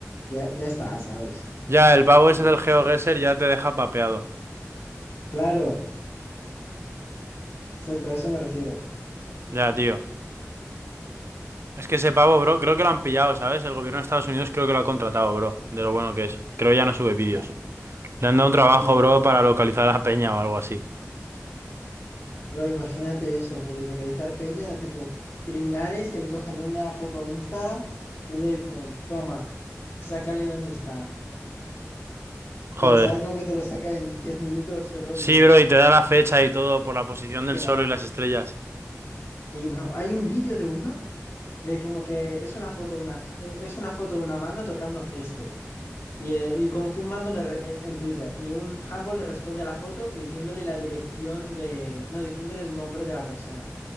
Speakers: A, on the left; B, on the right.
A: ya, ya estás, ¿sabes?
B: Ya, el pavo
A: Tú-
B: ese del GeoGuessr ya te deja papeado.
A: claro, exacto, a eso me refiero.
B: Ya, tío. Es que ese pavo, bro, creo que lo han pillado, ¿sabes? El gobierno de Estados Unidos creo que lo ha contratado, bro. De lo bueno que es. Creo ya no sube vídeos.
A: A-
B: Le han dado un trabajo,
A: al de-
B: bro, para localizar a la peña o algo así.
A: Bro, imagínate eso, rollo, localizar peña, tipo criminales que le cogen una foto de Instagram y le dicen, toma, sácale dónde está. Y
B: Joder.
A: el chaval como que te lo saca en 10 minutos y rollo.
B: Sí, bro, y te da la fecha y todo por la posición del
A: Que
B: sol
A: van.
B: y las estrellas.
A: Sí, bro, hay un vídeo de uno de como que es una foto una, e- es una foto de una mano tocando césped. Y, el- y como que un mando le re- eh, en Twitter y un handball le responde a la foto diciéndole la dirección de, no, diciéndole el nombre de la persona.